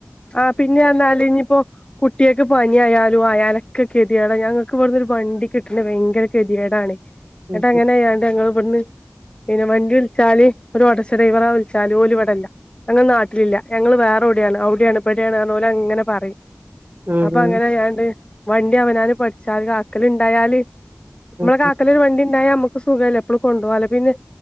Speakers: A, on the left; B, on the right.
A: ആ പിന്നെ എന്നാലിനിയിപ്പോ കുട്ടിയേക്ക് പ നി ആയാലും അയാലൊക്ക കെതിയടാ ഞങ്ങൾക്ക് ഇവ്ട് ന്നൊരു വണ്ടി കിട്ടണെ ഭയ്ങ്കര കെതിയേടാണ്
B: ഉം
A: എന്നിട്ടങ്ങനെയാണ്ട് ഇങ്ങള് ബട്ന്ന് പിന്നെ വണ്ടി വിളിച്ചാല് ഒരു ഓട്ടോറിഷ ഡ്രൈവറ വിളിച്ചാല് ഓല് ഇവിടല്ല ഞങ്ങൾ നാട്ടിലില്ല ഞങ്ങള് വേറെ എവിടെയാണ് അവിടെയാണ് എവിടെയാണോല് അങ്ങന പറയും
B: ഉം
A: അപ്പൊ അങ്ങനയാണ്ട് വണ്ടി അവനാന് പഠിച്ചാല് ആക്കല് ഇണ്ടായാല്
B: ഉം
A: മ്മള കാക്കലൊരു വണ്ടി ഇണ്ടായ മ്മ പ്പ സുഖല്ല എപ്പളും കൊണ്ടു പോകലൊക്ക പിന്നെ